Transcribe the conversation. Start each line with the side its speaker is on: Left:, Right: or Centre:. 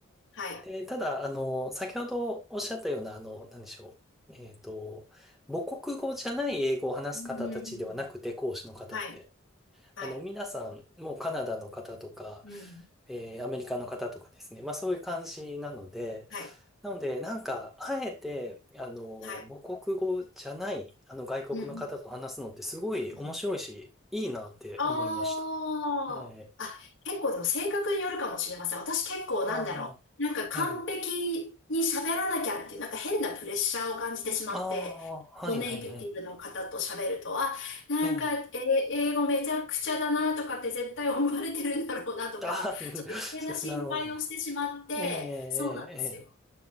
Left: はい。
Centre: で、ただ、あの、先ほどおっしゃったような、あの、なんでしょう。えっと、母国語じゃない英語を話す方たちではなくて、
Left: うーん。
Centre: 講師の方って。
Left: はい。はい。
Centre: あの、皆さん、もうカナダの方とか、
Left: うん。
Centre: えーアメリカの方とかですね。まあそういう感じなので、
Left: はい。
Centre: なので、なんか、あえて、あの、
Left: はい。
Centre: 母国語じゃない、あの、外国の方と話すのってすごい面白いし、
Left: うん。うん。
Centre: いいなって思いました。
Left: ああ。
Centre: はい。
Left: あ、結構でも性格によるかもしれません。私結構なんだろう。
Centre: ああ、
Left: なんか完璧に喋らなきゃっていう、
Centre: ええ、
Left: なんか変なプレッシャーを感じてしまって、
Centre: ああ、はいはいはい。
Left: ノネイティブの方と喋ると、あ、なんか、
Centre: ええ、
Left: えー、英語めちゃくちゃだなとかって絶対思われてるんだろうなとか、
Centre: ああ、
Left: ちょっと余計な心配をしてしまって、
Centre: <laughs> なるほど。ええ、え
Left: そうなんですよ。
Centre: え、ええ